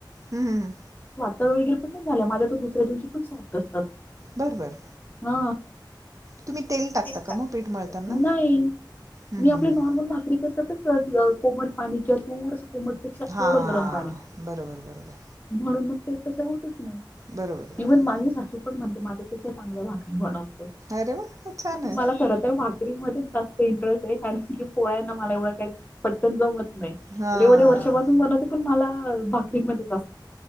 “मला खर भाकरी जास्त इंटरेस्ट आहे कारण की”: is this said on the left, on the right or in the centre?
Left